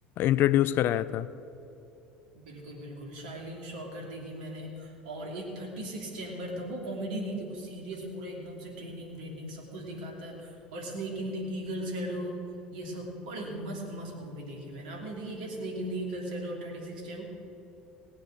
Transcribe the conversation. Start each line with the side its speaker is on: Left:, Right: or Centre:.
Left: इंट्रोड्यूस कराया था
Right: बिल्कुल बिल्कुल शाइलिन शॉकर देखी मैंने और एक थर्टी सिक्स चैम्बर था वो कॉमेडी नहीं थी वो सीरियस पूरा एकदम से ट्रेनिंग ब्रेनिंग सब कुछ दिखाता है और snake in the eagle shadow ये सब बड़ी मस्त मस्त मूवी देखी मैंने आपने देखी क्या snake in the eagle shadow और थर्टी सिक्स